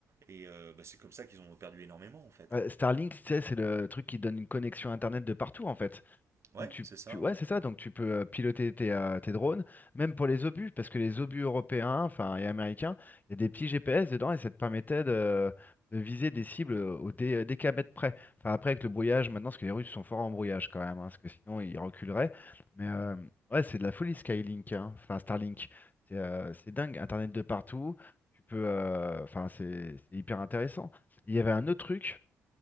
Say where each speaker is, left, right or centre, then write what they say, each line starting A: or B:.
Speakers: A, on the right; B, on the left.
A: Et euh, bah, c'est comme ça qu'ils ont perdu énormément en fait.
B: Euh,
A: hein.
B: Starlink, tu sais, c'est le truc qui donne une connexion Internet de partout en fait.
A: Ouais,
B: Donc tu,
A: c'est ça,
B: tu- ouais,
A: ouais.
B: c'est ça, donc tu peux euh, piloter tes, euh, tes drones, même pour les obus, parce que les obus européens, enfin, et américains, il y a des petits GPS dedans et ça te permettait de, de viser des cibles au dé, des kilomètres près. Enfin, après avec le brouillage maintenant, parce que les Russes sont forts en brouillage quand même, hein, parce que sinon ils reculeraient. Mais euh, ouais, c'est de la folie Skylink, hein. Enfin Starlink. C'est euh, c'est dingue, Internet de partout. Tu peux, euh, enfin, c'est c'est hyper intéressant. Il y avait un autre truc